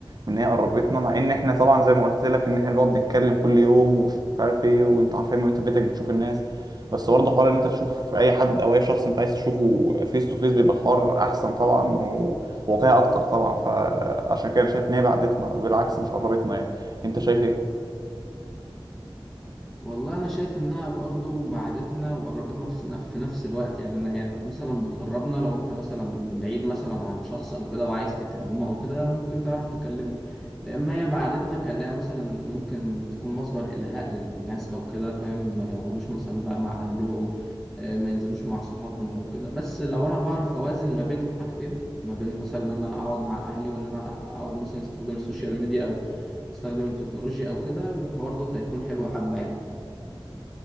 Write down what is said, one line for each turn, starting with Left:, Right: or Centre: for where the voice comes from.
Right: من ان هي قربتنا مع ان احنا طبعا زي ما قلت لك ان احنا بنقعد نتكلم كل يوم ومش عارف ايه وانت عارفين وانت في بيتك بتشوف الناس بس برضه حوار ان انت تشوف اي حد او اي شخص انت عايز تشوفه فيس تو فيس بيبقى الحوار احسن طبعا وواقعي اكتر طبعا فعشان كده أنا شايف ان هي بعدتنا بالعكس مش قربتنا يعني انت شايف ايه؟
Centre: والله انا شايف انها برضو بعدتنا وقربتنا في نف- في نفس الوقت يعني انا هي مثلا بتقربنا لو انت مثلا بعيد مثلا عن شخص او كده وعايز تكلمه او كده ممكن تعرف تكلمه لما هي بعدتنا كلها مثلا ممكن تكون مصدر الهاء للناس او كده فاهم ما يقعدوش مثلا بقى مع اهلهم آه، ما ينزلوش مع صحابهم او كده بس لو انا بعرف اوازن ما بين الحاجتين ما بين مثلا ان انا اقعد مع اهلي وان انا اقعد مثلا استخدم السوشيال ميديا او استخدم التكنولوجيا او كده الحوار دوت هيكون حلو حبة يعني